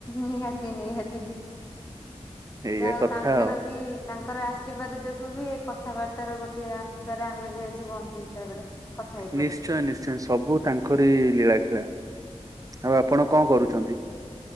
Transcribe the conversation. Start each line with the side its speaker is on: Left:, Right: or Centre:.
Left: ନିହାତି ନିହାତି
Right: ଏଇଆ
Left: ଯା ହଉ
Right: କଥା
Left: ତାଙ୍କର
Right: ଆଉ।
Left: ବି ତାଙ୍କର ଆଶୀର୍ବାଦ ଯୋଗୁ ବି ଏ କଥାବାର୍ତ୍ତା ର ଗୋଟେ ଆସ୍ରେ ଆମେ ବି ଆଜି ବନ୍ଧୁ ହିସାବରେ କଥା ହେଇପାରୁଛେ।
Right: ନିଶ୍ଚୟ ନିଶ୍ଚୟ ସବୁ ତାଙ୍କରି ଲୀଳା ଖେଳା। ଆଉ ଆପଣ କଣ କରୁଛନ୍ତି?